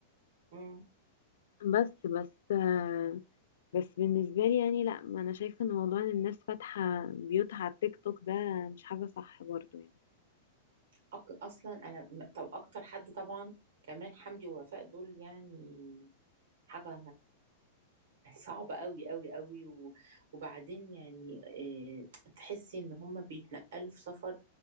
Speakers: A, on the right; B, on the left.
A: مم.
B: بس بس آه، بس بالنسبة لي يعني لا ما انا شايفة ان موضوع ان الناس فاتحة بيوتها على التيك توك ده مش حاجة صح برضو يعني
A: أك... اصلا انا م- طب اكتر حد طبعا كمان حمدي ووفاء دول يعني حاجه صعبة قوي قوي قوي و... وبعدين يعني آه، تحسي ان هم بيتنقلوا في سفر